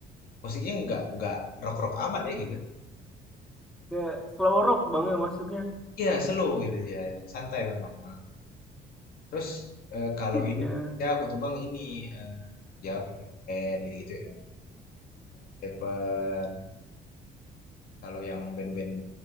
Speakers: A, on the left; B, in the centre.
A: musiknya nggak nggak rock rock amat ya gitu.
B: Ya, slow rock bang ya masuknya.
A: Iya slow gitu ya santai memang nah, lagunya. Terus eh, kalau
B: Beatnya,
A: Indonesia aku tuh bang ini eh, ya band gitu, gitu ya. Sheila Shepherd. Kalau yang band-band